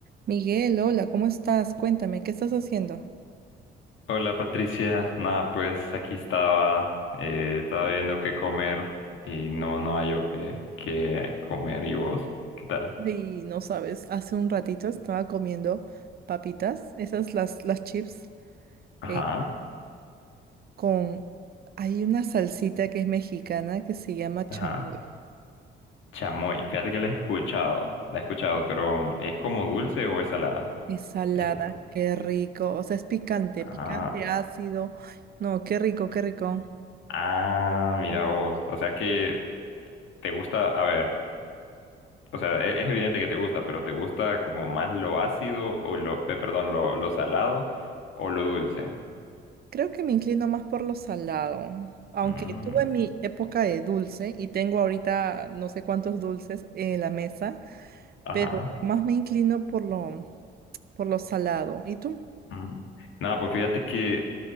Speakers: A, on the right (about 50°); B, on the left (about 75°).
A: Miguel, hola, ¿cómo estás? Cuéntame, ¿qué estás haciendo?
B: Hola Patricia, nada pues aquí estaba, eh, estaba viendo qué comer y no, no hallo qué, qué comer y vos, ¿qué tal?
A: Y no sabes, hace un ratito estaba comiendo papitas, esas las, las chips,
B: Ajá,
A: eh, con... Hay una salsita que es mexicana que se llama chamoy.
B: ajá, chamoy, fíjate que la he escuchado, la he escuchado, pero ¿es como dulce o es salada?
A: Es salada,
B: Es salada.
A: qué rico. O sea, es picante,
B: Ah,
A: picante, ácido. No, qué rico, qué rico.
B: ah, mira vos, o sea que te gusta, a ver, o sea, e- es, evidente que te gusta, pero ¿te gusta como más lo ácido o lo, eh, perdón, lo, lo salado o lo dulce?
A: Creo que me inclino más por lo salado. Aunque
B: Mm,
A: tuve mi época de dulce y tengo ahorita no sé cuántos dulces en la mesa.
B: ajá.
A: pero más me inclino por lo, por lo salado. ¿Y tú?
B: Mm. Nada, pues fíjate que